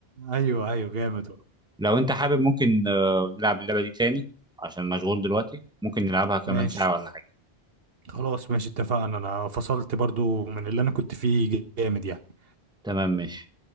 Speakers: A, on the right (about 60°); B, in the centre.
A: ايوه ايوه جامد والله
B: لو انت حابب ممكن آه نلعب اللعبة دي تاني عشان مشغول دلوقتي ممكن نلعبها كمان
A: ماشي
B: ساعة ولا حاجة
A: خلاص ماشي اتفقنا انا فصلت برضو من اللي انا كنت فيه جامد يعني
B: تمام ماشي